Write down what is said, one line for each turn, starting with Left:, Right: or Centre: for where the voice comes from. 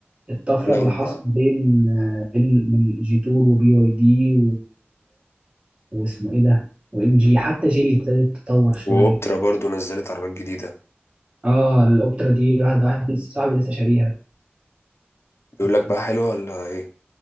Right: الطفرة
Left: لا
Right: اللي
Left: هم
Right: حاصلة بين بين من جي تور وبي اي دي واسمه ايه ده وام جي حتى جيلي ابتدت تتطور شويه
Left: وأوبترا برضو نزلت عربيات جديدة
Right: اه الاوبترا دي واحد واحد لسه صاحبي لسه شاريها
Left: بيقول
Right: آه
Left: لك بقى حلوة ولا ايه